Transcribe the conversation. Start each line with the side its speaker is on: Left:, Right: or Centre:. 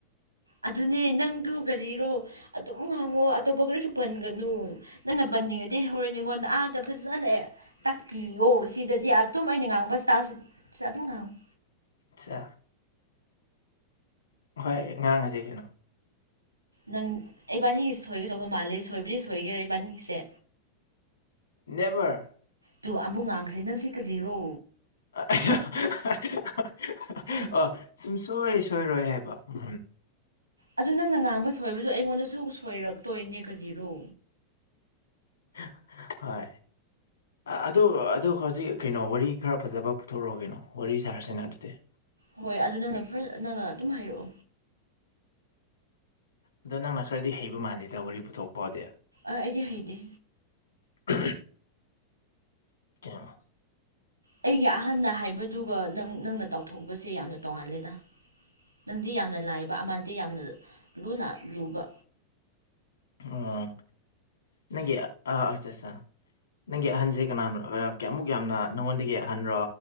Right: ꯑꯗꯨꯅꯦ ꯅꯪꯗꯨ ꯀꯔꯤꯔꯣ ꯑꯗꯨꯝ ꯉꯥꯡꯉꯣ ꯑꯇꯣꯞꯄ ꯀꯔꯤꯁꯨ ꯄꯟꯒꯅꯨ ꯅꯪꯅ ꯄꯟꯅꯤꯡꯉꯩꯗꯤ ꯍꯧꯔꯦꯟ ꯑꯩꯉꯣꯟꯗ ꯑꯥꯗ ꯐꯖꯅ ꯇꯥꯛꯄꯤꯌꯣ ꯁꯤꯅꯤ ꯁꯤꯗꯗꯤ ꯑꯗꯨꯝ ꯑꯩꯅ ꯉꯥꯡꯕ ꯏꯁꯇꯥꯜꯁꯤ ꯁꯤ ꯑꯗꯨꯝ ꯉꯥꯡꯉꯤ
Left: ꯑꯆꯥ ꯍꯣꯏ ꯉꯥꯡꯉꯁꯤ ꯀꯩꯅꯣ
Right: ꯅꯪ ꯏꯕꯥꯅꯤꯒꯤ ꯁꯣꯏꯒꯗꯧꯕ ꯃꯥꯜꯂꯦ ꯁꯣꯏꯕꯗꯤ ꯁꯣꯏꯒꯦꯔ ꯏꯕꯥꯅꯤꯒꯤꯁꯦ
Left: ꯅꯦꯕꯔ
Right: ꯇꯨ ꯑꯃꯨꯛ ꯉꯥꯡꯈ꯭ꯔꯦ ꯅꯪ ꯁꯤ ꯀꯔꯤꯔꯣ
Left: <inaudible> ꯑꯣ ꯁꯨꯝꯁꯣꯏ ꯁꯣꯏꯔꯣꯏ ꯍꯥꯏꯕ ꯎꯝ
Right: ꯑꯗꯨ ꯅꯪꯅ ꯉꯥꯡꯕ ꯁꯣꯏꯕꯗꯨ ꯑꯩꯉꯣꯟꯗꯁꯨ ꯁꯣꯏꯔꯛꯇꯣꯏꯅꯦ ꯀꯔꯤꯔꯣ
Left: ꯍꯣꯢ ꯑꯗꯨ ꯑꯗꯨ ꯍꯧꯖꯤꯛ ꯀꯩꯅꯣ ꯋꯥꯔꯤ ꯈꯔ ꯐꯖꯕ ꯄꯨꯊꯣꯔꯛꯑꯣ ꯀꯩꯅꯣ ꯋꯥꯔꯤ ꯁꯥꯔꯁꯤꯅꯦ ꯑꯗꯨꯗꯤ
Right: ꯍꯣꯏ ꯑꯗꯨ ꯅꯪꯅ ꯐꯔ ꯅꯪꯅ ꯑꯗꯨꯝ ꯍꯥꯏꯔꯛꯑꯣ
Left: ꯑꯗꯣ ꯅꯪꯅ ꯈꯔꯗꯤ ꯍꯩꯕ ꯃꯥꯜꯂꯤꯗ ꯋꯥꯔꯤ ꯄꯨꯊꯣꯛꯄꯥꯗꯤ
Right: ꯑꯩꯗꯤ ꯍꯥꯏꯗꯦ
Left: ꯀꯦ <inaudible>
Right: ꯑꯩꯒꯤ ꯑꯍꯟꯅ ꯍꯥꯏꯕꯗꯨꯒ ꯅꯪꯅ ꯇꯥꯎꯊꯣꯛꯄꯁꯦ ꯌꯥꯝꯅ ꯇꯣꯡꯉꯥꯜꯂꯦꯗ ꯅꯪꯗꯤ ꯌꯥꯝꯅ ꯂꯥꯏꯕ ꯑꯃꯥꯟꯗꯤ ꯌꯥꯝꯅ ꯂꯨꯅ ꯂꯨꯕ
Left: ꯑꯣ ꯅꯪꯒꯤ ꯑ ꯑꯆꯥ ꯆꯥ ꯅꯪꯒꯤ ꯑꯍꯟꯁꯦ ꯀꯅꯥꯅꯣ ꯀꯌꯥꯃꯨꯛ ꯌꯥꯝꯅ ꯅꯪꯉꯣꯟꯗꯒꯤ ꯑꯍꯟꯔꯣ